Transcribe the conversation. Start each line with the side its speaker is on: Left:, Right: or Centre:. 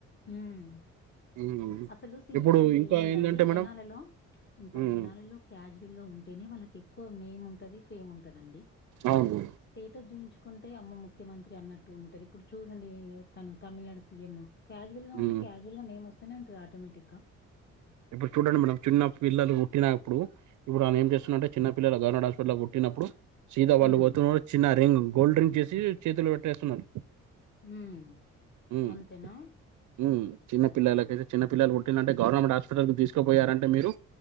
Left: ఉమ్
Right: ఉమ్.
Left: అసలు సిఎం
Right: ఇప్పుడు
Left: అంటే
Right: ఇంకా
Left: ఏముందండి
Right: ఏంటంటే మేడం
Left: జనాలలో ఇంకా
Right: ఉమ్,
Left: జనాలలో క్యాజువల్ గా ఉంటేనే వాళ్ళకి ఎక్కువ నేమ్ ఉంటది ఫేమ్ ఉంటదండి
Right: అవును
Left: స్టేటస్ చూయించుకుంటే అమ్మో ముఖ్యమంత్రి అన్నట్టు ఉంటది ఇప్పుడు చూడండి తను తమిళ్నాడు సీఎం క్యాజువల్గా వుంటే
Right: ఉమ్.
Left: క్యాజువల్గా నేమ్ వస్తనే వున్టది ఆటోమేటిక్గా
Right: ఇప్పుడు చూడండి మేడం చిన్న పిల్లలు పుట్టినప్పుడు ఇప్పుడు ఆమె ఏం చేస్తున్దంటే చిన్న పిల్లలు గవర్నంట్ హాస్పిటల పుట్టిప్పుడు సీదా వాళ్ళు
Left: హ్మ్.
Right: పోతున్నారు చిన్న రింగ్ గోల్డ్ రింగ్ చేసి చేతుల పెట్టేస్తున్నారు
Left: హ్మ్.
Right: హ్మ్
Left: అంతేనా?
Right: హ్మ్ చిన్న పిల్లులకు కయితే చిన్న పపిల్లలు పుట్టిన్లు అంటే గవర్నమెంట్ హాస్పిటల్కు తీసుకుపోయారంటే మీరు